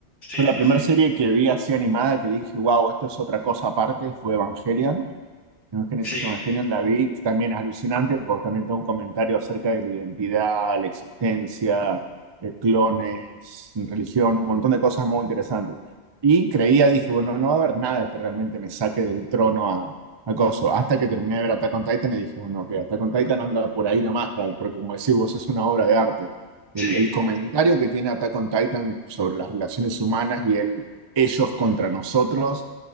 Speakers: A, on the left; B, on the right.
A: sí,
B: yo la
A: sí,
B: primera
A: sí.
B: serie que vi así animada que dije, wow, esto es otra cosa aparte, fue Evangelion. En Génesis
A: Sí,
B: Evangelion la vi, que también es alucinante porque también tengo un comentario acerca de la identidad, la existencia, eh, clones, religión, un montón de cosas muy interesantes. Y creía, dije, bueno, no va a haber nada que realmente me saque del trono a, a Coso. Hasta que terminé de ver Attack on Titan y dije, bueno, que Attack on Titan anda por ahí nomás, Ral, porque como decís vos, es una obra de arte.
A: sí,
B: El, el comentario que tiene Attack on Titan sobre las relaciones humanas y el ellos contra nosotros